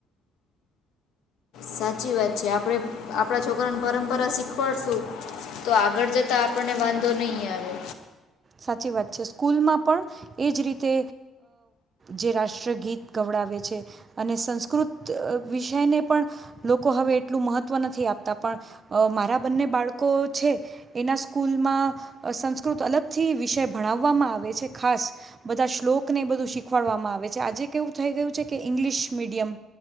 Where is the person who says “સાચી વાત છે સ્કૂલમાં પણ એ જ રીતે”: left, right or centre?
Right